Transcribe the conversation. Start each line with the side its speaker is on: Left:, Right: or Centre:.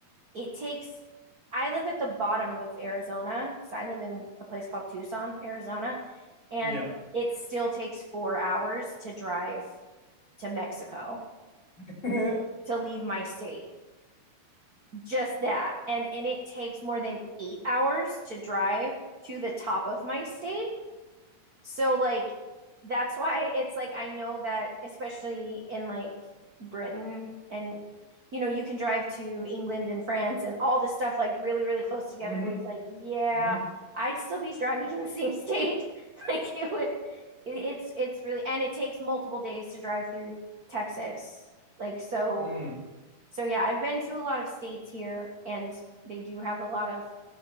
Right: it takes I live at the bottom of Arizona. So I live in a place called Tucson, Arizona, and
Left: Yeah.
Right: it still takes 4 hours to drive to Mexico
Left: <laughs>
Right: to leave my state. Just that. And and it takes more than 8 hours to drive to the top of my state So like that's why it's like I know that especially in like Britain and you know you can drive to England and France and all this stuff like really really close together
Left: Mm-hmm.
Right: and it's like yeah
Left: Mm-hmm.
Right: I'd still be driving <laughs> in the same state <laughs> like it would it, it's it's really and it takes multiple days to drive through Texas like so
Left: Mm.
Right: so yeah I've been to a lot of states here and they do have a lot of